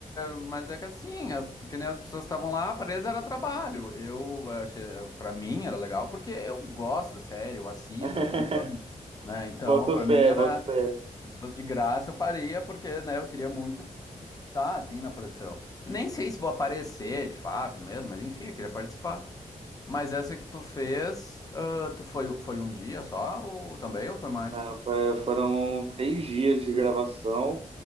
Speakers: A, on the left; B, on the right.
A: mas é que assim, as, que nem as pessoas estavam lá, presas era trabalho. Eu achei, para mim era legal porque eu gosto da série, eu assisto,
B: <laughs>
A: eu acompanho, né? Então,
B: Boto
A: para
B: fé,
A: mim era,
B: boto fé.
A: se fosse de graça eu faria, porque, né, eu queria muito estar assim na produção. Nem sei se vou aparecer de fato mesmo, mas enfim, eu queria participar. Mas essa que tu fez, ah, tu foi, foi um dia só ou também ou foi mais?
B: Não, foi- foram três dias de gravação.